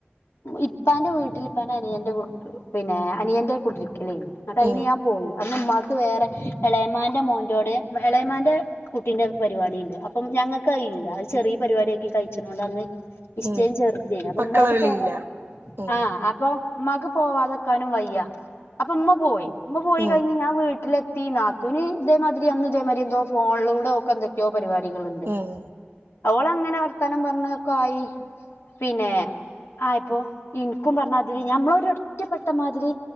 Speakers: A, on the left; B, on the right.
A: ഇപ്പാന്റെ വീട്ടില് അനിയന്റെ പിന്നെ അനിയന്റെ കുടി അയിന്
B: ഉം
A: ഞാൻ പോയി അന്ന് മ്മാ വേറെ ഇളയമാന്റെ മോടെ ഇളയമാന്റെ കുട്ടീന്റെ പരിപാടി ഉണ്ട് അപ്പ ഞങ്ങക്ക് ല്ല ചെറിയ പരിപാടിയൊക്കെ കഴിച്ചതൊണ്ട് അന്ന് ഇഷ്ടം
B: ഉം
A: ചേരു അപ്പൊ
B: മക്കളെ
A: ഉമ്മാക്ക്
B: വിളിയില്ല
A: പോവാ
B: ഉം
A: ആഹ അപ്പൊ ഇമ്മാക്ക് പോവാതെക്കാനും വയ്യാ അപ്പൊ ഉമ്മ പോയി ഉമ്മ പോയി
B: ഉം
A: കഴിഞ്ഞ് ഞാൻ വീട്ടിലെ നാത്തുന് ഇതേമാതിരി അന്ന് ഇതേമാതിരി എന്തോ ഫോണിലൂടെ ഒക്കെ എന്തൊക്കെയോ പരിപാടികൾണ്ട്
B: ഉം
A: അവള അങ്ങനെ അവർത്താനം പറഞ്ഞതൊക്കെ ആയി പിന്നെ ആ ഇപ്പോ ഇന്ക്കും പറഞ്ഞാതിരി ഞമ്മള ഒരോ പ്പെെട്ടമാതിരി